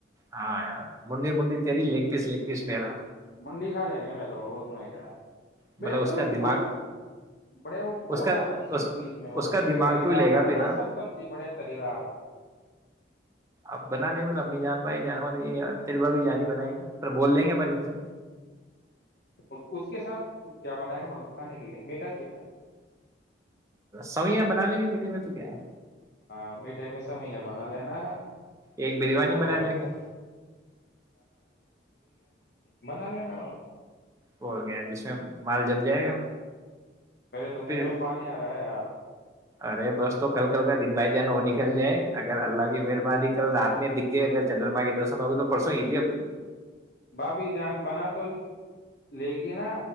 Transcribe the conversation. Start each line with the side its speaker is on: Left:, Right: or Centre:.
Right: ہاں ار منڈی منڈی تیری لیگ پیس لیگ پیس میرا
Left: منڈی کھا لیں گے ہم تو وہ اس میں کیا ہے ب
Right: مطلب اس
Left: ب
Right: کا دماغ
Left: گ بڑے وہ گوش
Right: اس کا
Left: آنا چاہیے
Right: اس
Left: بیج میں وہ
Right: اس کا دماغ
Left: تری
Right: تو
Left: دار
Right: لے گا
Left: بن
Right: پیرا
Left: نا سب سبزی بڑے تری دار
Right: اب بنا نہیں مطلب امی جان بھائی جانور ہے یہ یار تیری بھی جانی بنائی پر بول دیں گے ب سے
Left: اور اس کے ساتھ کیا بنائے گا مطلب کھانے کے لئے میٹھا چیٹا
Right: سوئیا بنا لیں گے میٹھے میں تو کیا ہے
Left: ہاں میٹھے میں سوئیاں بنا لینا
Right: ایک بریانی
Left: اور
Right: بنا لیں گے
Left: منالے نا
Right: ہو گیا جس میں مال جم جائے گا
Left: میرے تو منہ
Right: پھر
Left: میں پانی آ رہا ہے یار
Right: ارے بس تو کل کل کا دن بھائی جانا وہ نکل جائے اگر اللہ کی مر
Left: ہاں
Right: کل رات میں د اگر چندرما کے درشن ہو گئے تو پرسوں ہی دی اپنی
Left: باابھی جان بنا تو لے گی نا